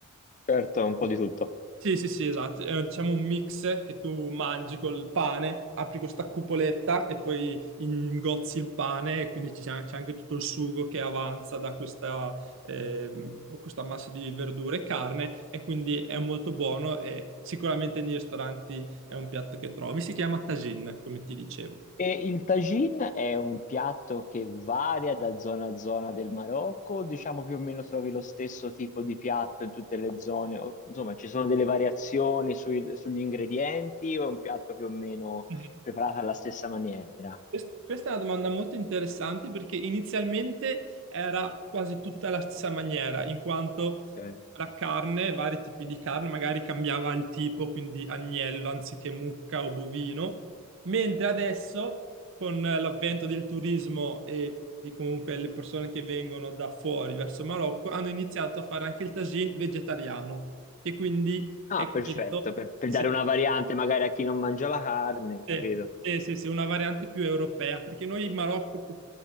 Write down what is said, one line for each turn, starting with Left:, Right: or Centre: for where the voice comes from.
Left: certo, un po' di tutto.
Right: Sì, sì, sì, esatto. È diciamo un mix che tu mangi col pane, apri questa cupoletta e poi ingozzi il pane e quindi ci sia- c'è anche tutto il sugo che avanza da questa, ehm, questa massa di verdure e carne e quindi è molto buono e sicuramente nei ristoranti è un piatto che trovi. Si chiama tagine, come ti dicevo.
Left: E il tagine è un piatto che varia da zona a zona del Marocco, diciamo più o meno trovi lo stesso tipo di piatto in tutte le zone, o- insomma ci sono delle variazioni sui- sugli ingredienti o è un piatto più o meno
Right: Mhm.
Left: preparato alla stessa maniera?
Right: Quest- Questa è una domanda molto interessante perché inizialmente era quasi tutta la stessa maniera, in quanto
Left: Ok.
Right: la carne, vari tipi di carne, magari cambiava il tipo, quindi agnello anziché mucca o bovino, mentre adesso con l'avvento del turismo e di comunque le persone che vengono da fuori verso il Marocco hanno iniziato a fare anche il tagine vegetariano, che quindi
Left: Ah,
Right: è
Left: perfetto,
Right: quello,
Left: per, per
Right: sì,
Left: dare una variante magari a chi non mangia la carne,
Right: sì,
Left: capito?
Right: sì, sì, sì, una variante più europea, perché noi in Marocco po-